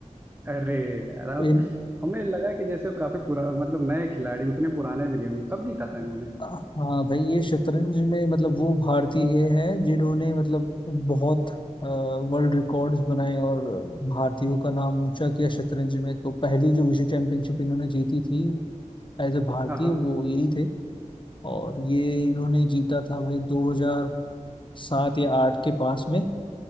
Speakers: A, on the right; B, on the left.
A: अरे यार अब
B: इन
A: हमें लगा कि जैसे वो काफी पुरा मतलब नए खिलाड़ी उतने पुराने भी नहीं होंगे कब जीता था इन्होंने
B: हाँ भाई ये शतरंज में मतलब वो भारतीय हैं जिन्होंने मतलब बहुत वर्ल्ड रिकॉर्ड्स बनाए और भारतीयों का नाम ऊंचा किया शतरंज में तो पहली जो विश्व चैंपियनशिप इन्होंने जीती थी एज ए भारतीय
A: हाँ हाँ
B: वो यही थे और ये इन्होंने जीता था भाई 2000 सात या आठ के पास में